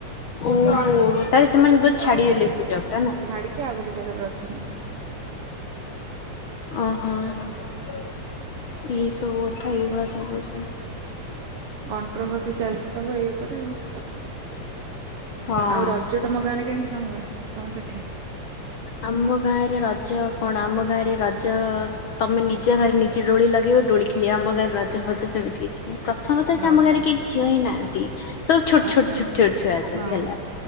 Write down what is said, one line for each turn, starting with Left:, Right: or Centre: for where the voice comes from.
Left: ଓହୋ ତାହେଲେ ସେମାନେ ବଟ ଛାଡିଦେଲେ ସେ ଜବଟା ନା
Right: ଛାଡିକି ଆଉ ଗୋଟେ ଜାଗାରେ ଅଛନ୍ତି
Left: ଓହୋ ଏଇ ସବୁ କଥା ଏଇ ଭଳିଆ ସବୁ କରିଚ।
Right: କଣ୍ଟ୍ରୋଭର୍ସି ଚାଲିଛି ସବୁ ଏଇ ଉପରେ ଆଉ
Left: ହଁ।
Right: ଆଉ ରଜ ତମ ଗାଁରେ କେମିତି କଣ ହୁଏ ତମ ସେଠି
Left: ଆମ ଗାଁରେ ରଜ କଣ ଆମ ଗାଁରେ ରଜ ତମେ ନିଜ ଘରେ ନିଜେ ଡୋଳି ଲଗେଇ ଡୋଳି ଖେଳିବ ଆମ ଗାରେ ରଜ ଭଜ ସେମିତି କିଛି ନାହିଁ। ପ୍ରଥମ କଥା ଯେ
Right: ଓହୋ
Left: ଆମ ଗାଁରେ କେ ଝିଅ ହିଁ ନାହାନ୍ତି ସବୁ ଛୋଟ
Right: ଆଚ୍ଛା
Left: ଛୋଟ ଛୋଟ ଛୋଟ ଛୁଆ ଅଛନ୍ତି
Right: ହଁ।
Left: ହେଲା